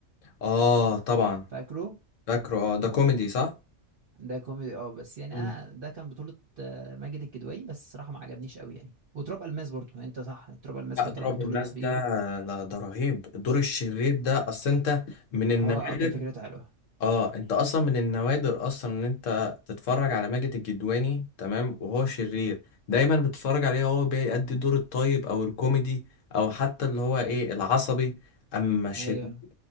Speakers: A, on the left (about 85°); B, on the right (about 50°).
A: اه طبعا
B: فاكره
A: فاكره اه ده كوميدي صح
B: ده كوميدي اه بس يعني
A: مم.
B: انا ده كان بطولة آه، ماجد الكدواني بس الصراحة ما عجبنيش قوي يعني وتراب الماس برضه يعني انت صح تراب الماس
A: لا
B: كان
A: تراب
B: طلع بطولة
A: الماس
B: فيه
A: ده لا ده رهيب الدور الشرير ده اصل انت من النوادر
B: هو اه كان فكرته حلوة
A: اه انت اصلا من النوادر اصلا ان انت تتفرج على ماجد الكدواني تمام وهو شرير دايما بتتفرج عليه هو بيأدي دور الطيب او الكوميدي او حتى اللي هو ايه العصبي اما شرير
B: ايوه